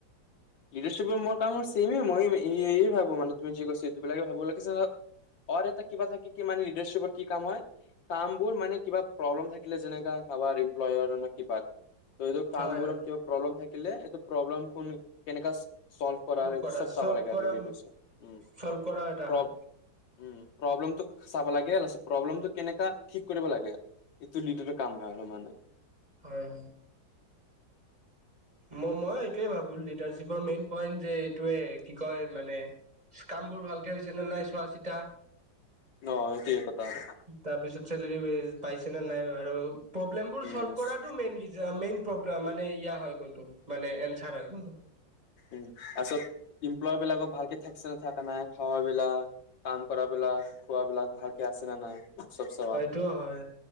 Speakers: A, on the left; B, on the right.
A: লিডাৰশ্বিপৰ মোৰ কাম ছেমে মই এই ভাবো মানে তুমি যি কৈছা এই বিলাকে ভাবো লিডাৰশ্বিপত অৰ এটা কিবা থাকে কি মানে লিডাৰশ্বিপৰ কি কাম হয় কাম বোৰ মানে কিবা প্ৰব্লেম থাকিলে যেনেকা কাৰোবাৰ এমপ্লয়ৰ ন কিবা কাম
B: হয়
A: বোৰত
B: হয়।
A: কিবা প্ৰব্লেম থাকিলে এইটো প্ৰব্লেম খন কেনেকা চল্ভ কৰাৰ এইটো
B: কৰা
A: চব চাব
B: চল্ভ
A: লাগে
B: কৰা
A: আৰু লিডাৰশিপ উম।
B: চল্ভ কৰাও এটা
A: প্ৰ
B: হয়।
A: উম প্ৰব্লেমটো চাব লাগে প্ৰব্লেমটো কেনেকা ঠিক কৰিব লাগে। এইটো লিডাৰৰ কাম হয় আৰু মানে।
B: হয়। ম মই এইটোৱে ভাবো লিডাৰশ্বিপৰ মেইন পইণ্ট যে এইটোৱে কি কয় মানে কাম বোৰ ভালকে হৈছে নে নাই চোৱা চিতা
A: ন এইটোৱে কথা আৰু।
B: তাৰপিছত চেলেৰী ৱেজ পাইছে নে নাই আৰু পৰব্লেম বোৰ চলভ
A: উম
B: কৰাটো মেইন মেইন প্ৰব্লেম মানে ইয়া হয় কোনটো মানে এনছাৰ হয় গল তোৰ
A: উম আচল এমপ্লয় বিলাকৰ ভালকে থাকছে নে থাকা নাই খাৱাবিলাক কাম কৰা বিলাক, খোৱাবিলাক ভালকে আছে নে নাই চব চাৱা।
B: সেইটো হয়।